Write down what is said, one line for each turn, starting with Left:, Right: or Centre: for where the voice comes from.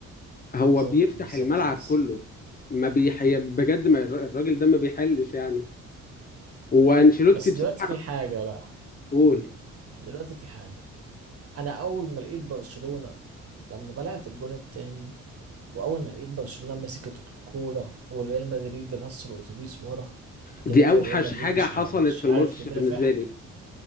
Left: هو
Right: بالظبط
Left: بيفتح
Right: بالظبط
Left: الملعب
Right: بس
Left: كله ما بيحي... بجد ما الر- الراجل ده ما بيحلش يعني وانشيلوتي
Right: بس
Left: بصراحه
Right: دلوقتي في حاجة بقى
Left: بقول
Right: دلوقتي في حاجة أنا أول ما لقيت برشلونة لما بلعت الجون التاني وأول ما لقيت برشلونة مسكت الكورة وريال مدريد رص الأتوبيس ورا وكده
Left: دي
Right: كده
Left: اوحش
Right: ريال مدريد
Left: حاجه
Right: مش
Left: حصلت
Right: عارف مش
Left: في الماتش
Right: عارف يدافع
Left: بالنسبه لي